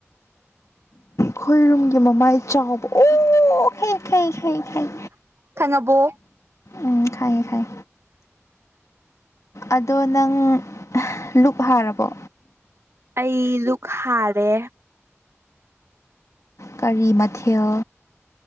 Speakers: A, on the left; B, on the right.
A: ꯈꯣꯏꯔꯨꯝꯒꯤ ꯃꯃꯥꯏ ꯆꯥꯎꯕ ꯑꯣ ꯍ ꯈꯩ ꯈꯩ ꯈꯩ
B: ꯈꯪꯉꯕꯣ
A: ꯎꯝ ꯈ ꯈꯥꯏ ꯈꯥꯏ ꯑꯗꯣ ꯅꯪ ꯂꯨꯞ ꯍꯥꯔꯕꯣ
B: ꯑꯩ ꯂꯨꯛ ꯍꯥꯔꯦ
A: ꯀꯔꯤ ꯃꯊꯦꯜ